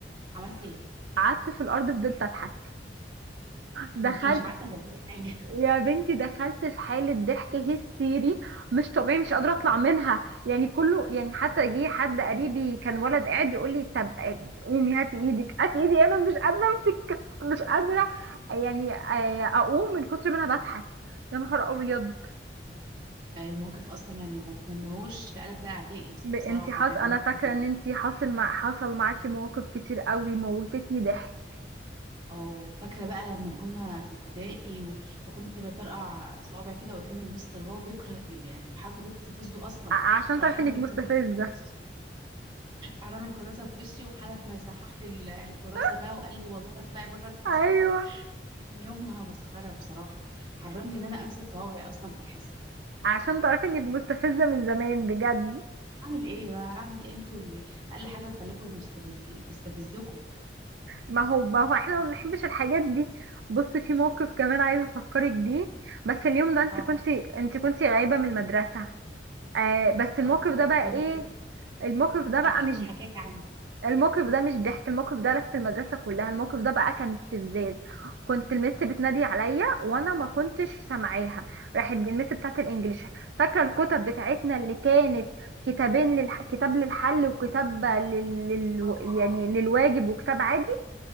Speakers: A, on the right (about 25°); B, on the right (about 70°).
A: عملت ايه
B: قعدت في الارض فضلت اضحك دخلت
A: ما انت مش عارفة تعملي حاجة
B: يا بنتي دخلت في حالة ضحك هستيري مش طبيعي مش قادرة اطلع منها يعني كله يعني حتى جه حد قريبي كان ولد قاعد بيقول لي طب آه، قومي هاتي ايدك هاتي ايدي انا مش قادرة امسك مش قادرة يعني آه، اقوم من كتر ما انا بضحك يا نهار ابيض
A: يعني الموقف اصلا يعني ما اتمنهوش لقلب ده اعدائي بس
B: ب-
A: بصراحه
B: انتي حاص
A: يعني
B: انا
A: موقف
B: فاكرة
A: زي
B: ان
A: ده
B: انتي حاصل مع حصل معاكي مواقف كتير قوي موتتني ضحك
A: او فاكره بقى لما كنا في ابتدائي و... وكنت بطرقع صوابع كده قدام المستر هو بيكره ال- يعني الحركه دي بتستفزه اصلا
B: ع- عشان
A: راح
B: تعرفي
A: رامي
B: انك مستفزة
A: الكراسه في وشي راح رامي الكراسه في وشي وحلف ما يصحح لي ال- الكراسه
B: <laughs>
A: بقى وقال لي والله اطلعي بره
B: ايوه
A: الحصه يومها مسخره بصراحه حرمني ان انا امسك صوابعي اصلا في الحصه
B: عشان تعرفي انك مستفزة من زمان بجد
A: هعمل ايه بقى هعمل ايه انتوا اللي اقل حاجه بخليكم مستفز... تستفزكم
B: ما هو ما هو احنا ما بنحبش الحاجات دي بص في موقف كمان عايزه افكرك بيه بس اليوم ده انت
A: اه
B: كنتي انت كنتي غايبه من المدرسه آه بس الموقف
A: اه
B: ده
A: فكرت
B: بقى ايه
A: كده
B: الموقف ده بقى
A: اكيد
B: مش
A: اتحكى لي عنه
B: الموقف ده مش ضحك الموقف ده لف في المدرسه كلها الموقف ده بقى كان استفزاز كنت المس بتنادي عليا وانا ما كنتش سامعاها راحت المس بتاعت الانجليش فاكره الكتب بتاعتنا اللي كانت كتابين للح... كتاب للحل وكتاب لل... لل...
A: اه
B: يعني
A: اه
B: للواجب وكتاب عادي